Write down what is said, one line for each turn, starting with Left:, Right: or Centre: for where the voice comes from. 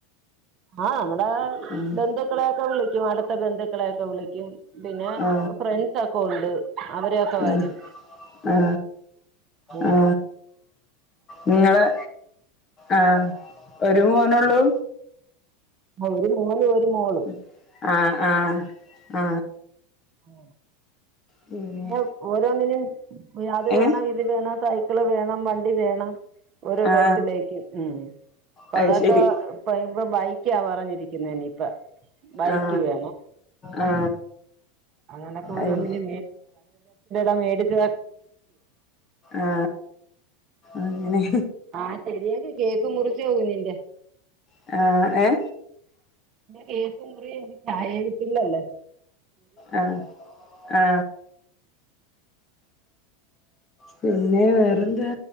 Right: ആ മ്മടെ
Left: ഉം
Right: ബന്ധുക്കളെയൊക്കെ വിളിക്കും അടുത്ത ബന്ധുക്കളെയൊക്കെ വിളിക്കും പിന്നെ
Left: ആ
Right: ഫ്രണ്ട്സ് ഒക്കെ ഉണ്ട് അവരൊക്കെ
Left: ആ
Right: വരും
Left: ആ
Right: അങ്ങനെ
Left: ആ നിങ്ങളെ ആ ഒരു മോനള്ളൂ
Right: ഒരു മോനും ഒരു മോളും
Left: ഉം ആ ആ ആ
Right: ഉം.
Left: പിന്നെ
Right: ദ് ഓരോന്നിനും യാത്
Left: ഏ
Right: വേണോ ഇത് വേണോ സഹ് ത്തില് വേണം വണ്ടി വേണം ഓരുടെ
Left: ആ
Right: ബെർത്ത്ഡേക്ക്. ഉം അപ്പ
Left: അത്
Right: അതൊക്കെ
Left: ശരി
Right: ഇപ്പ ഇപ്പ ബൈക്കാ പറഞ്ഞിരിക്കുന്നനി ഇപ്പ ബൈക്ക്
Left: ആ
Right: വേണം
Left: ആ
Right: അങ്ങനെയൊക്കെ ഒരോന്ന്ൻ്റെ
Left: അത്
Right: <unintelligible> മേടിച്ച
Left: ആ അങ്ങനെ
Right: ആ ശെരിയങ്ക കേക്ക് മുറിച്ചൊ കുഞീന്റെ
Left: ആ ഏ
Right: കേക്ക് മുറി ചായയേ കിട്ടില്ലല്ലേ
Left: ആ ആ പിന്നെ വേറെന്താ